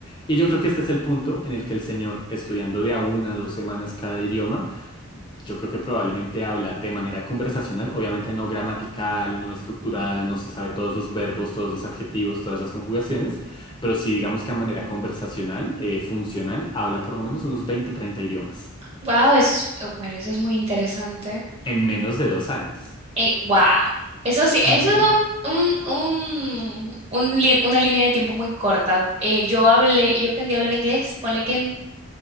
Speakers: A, on the left (about 20°); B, on the right (about 25°).
A: Y yo creo que este es el punto en el que el señor, estudiando de a una a dos semanas cada idioma, yo creo que probablemente habla de manera conversacional, obviamente no gramatical, no estructurada, no se sabe todos los verbos, todos los adjetivos, todas las conjugaciones, pero sí digamos que a manera conversacional, eh, funcional, habla por lo menos unos 20, 30 idiomas
B: Wow, eso es, bueno, eso es muy interesante.
A: en menos de dos años.
B: Eh, wow. Eso sí, eso
A: Ujú,
B: es un, un, un- un li- una línea de tiempo muy corta. Eh, yo hablé, yo aprendí a hablar inglés, ponle que en